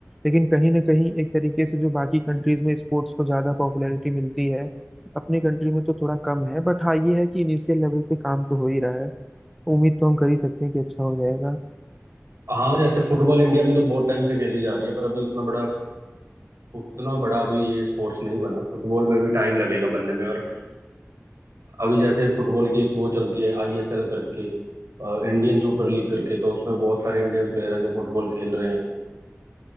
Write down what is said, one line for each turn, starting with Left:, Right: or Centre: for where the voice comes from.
Centre: लेकिन कहीं ना कहीं एक तरीके से जो बाकी कंट्रीज में स्पोर्ट्स को ज्यादा पॉपुलैरिटी मिलती है अपनी कंट्री में तो थोड़ा कम है बट हाँ ये है कि इनिशियल लेवल पे काम तो हो ही रहा है उम्मीद तो हम कर ही सकते हैं कि अच्छा हो जाएगा
Right: हाँ जैसे फुटबॉल इंडिया में तो बहुत टाइम से खेली जा रही है पर अभी उतना बड़ा उतना बड़ा अभी ये स्पोर्ट्स नहीं बना फुटबॉल में भी टाइम लगेगा बनने में और अभी जैसे फुटबॉल की एक वो चलती है आईएसएल करके इंडियन सुपर लीग करके तो उसमें बहुत सारे इंडियन प्लेयर हैं जो फुटबॉल खेल रहे हैं